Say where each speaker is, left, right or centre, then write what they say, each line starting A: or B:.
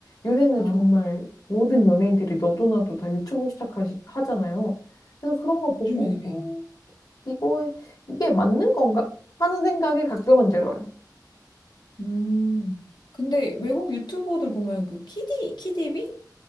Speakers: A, on the left; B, on the left.
A: 요새는
B: 아,
A: 정말 모든 연예인들이 너도나도 다 유튜브 시작하잖아요. 그래서 그런 거
B: 요즘에,
A: 보고
B: 네.
A: 음, 이거 이게 맞는 건가 하는 생각이 가끔은 들어요.
B: 음. 근데 외국 유튜버들 보면 그 키디, 키디비?